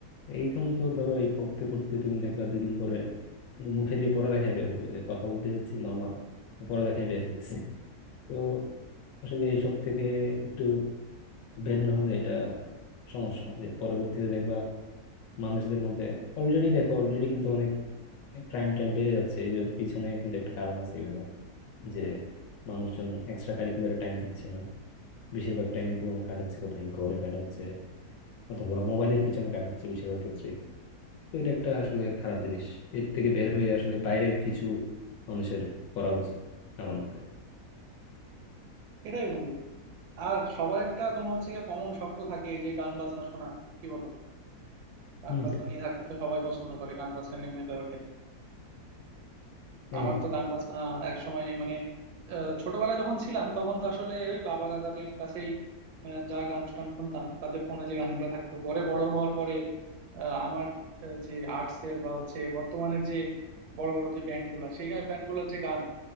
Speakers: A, on the left; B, on the right.
A: এইখান তো ধরো এই পড়তে পড়তে তুমি দেখবা দুই দিন পরে মুখে দিয়ে পড়ালেখায় বের হবে যে কথা বলতে যাচ্ছি নর্মাল পড়ালেখায় বের হইতেছে তো আসলে এইসব থেকে একটু ব্রেড না হলে এটা সমস্যা যে পরবর্তীতে দেখবা মানুষদের মধ্যে অলরেডি দেখো অলরেডি কিন্তু অনেক ক্রাইম টাইম বেড়ে যাচ্ছে এই এর পিছনে কিন্তু একটা কারণ আছে এগুলো যে মানুষজন এক্সট্রা কারিকুলারে টাইম দিচ্ছে না বেশিরভাগ টাইমই তোমার কাটাচ্ছে কোথায় ঘরে কাটাচ্ছে অথবা মোবাইলের পিছনে কাটাচ্ছে বেশিরভাগ ক্ষেত্রে তো এটা একটা আসলে খারাপ জিনিস এর থেকে বের হয়ে আসলে বাইরের কিছু মানুষের করা উচিত আমার মতে
B: এটাই বন্ধু আর সবার একটা তোমার হচ্ছে গিয়ে কমন শখ তো থাকে এই যে গান বাজনা শোনা কি বলো গান
A: হম
B: বাজনা
A: হম
B: নিয়ে থাকতে তো সবাই পছন্দ করে গান বাজনা নিয়ে মেতে ওঠে
A: হ্যাঁ
B: আমার
A: হ্যাঁ
B: তো গান বাজনা এক সময় মানে আহ, ছোটবেলায় যখন ছিলাম তখন তো আসলে ওই বাবা কাকাদের কাছেই আহ, যা গান টান শুনতাম তাদের ফোনে যে গানগুলো থাকতো পরে বড় হওয়ার পরে আহ, আমার আহ, যে আর্ট সেল বা হচ্ছে বর্তমানের যে বড় বড় যে ব্যান্ড গুলা সেই ব্যান্ড গুলোর যে গান